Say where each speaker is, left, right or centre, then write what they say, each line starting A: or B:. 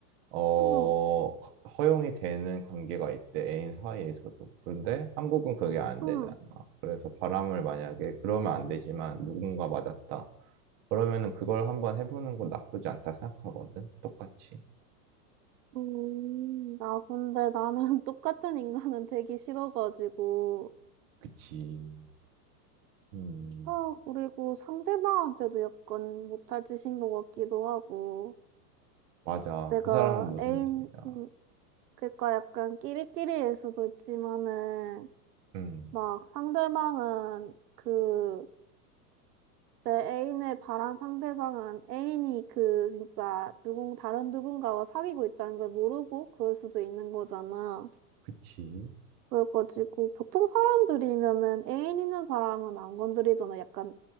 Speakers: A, on the right; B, on the right.
A: 어,
B: 음,
A: 허용이 되는 관계가 있대, 애인 사이에서도. 그런데 한국은 그게 안
B: 음,
A: 되잖아. 그래서 바람을 만약에, 그러면 안 되지만 누군가 맞았다. 그러면은 그걸 한번 해보는 건 나쁘지 않다 생각하거든? 똑같이.
B: 음. 나 근데 나는 <laughs> 똑같은 인간은 되기 싫어가지고.
A: 그치. 음,
B: 아, 그리고 상대방한테도 약간 못할 짓인 것 같기도 하고.
A: 맞아.
B: 내가
A: 그 사람은 무슨
B: 애인,
A: 죄야.
B: 음, 그러니까 약간 끼리끼리일 수도 있지만은,
A: 음,
B: 막 상대방은 그, 내 애인을 바란 상대방은 애인이 그 진짜 누군, 다른 누군가와 사귀고 있다는 걸 모르고 그럴 수도 있는 거잖아.
A: 그치.
B: 그래가지고 보통 사람들이면은 애인 있는 사람은 안 건드리잖아. 약간